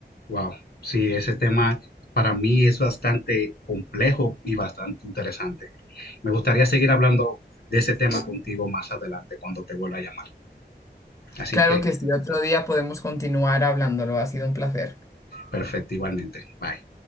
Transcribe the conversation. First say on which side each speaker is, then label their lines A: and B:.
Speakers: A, on the left (about 60°); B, on the left (about 15°).
A: Wow, sí, ese tema para mí es bastante complejo y bastante interesante. Me gustaría seguir hablando de ese tema contigo más adelante cuando te vuelva a llamar. Así
B: Claro
A: que,
B: que si otro
A: sí,
B: día podemos continuar hablándolo, ha sido un placer.
A: perfecto, igualmente. Bye.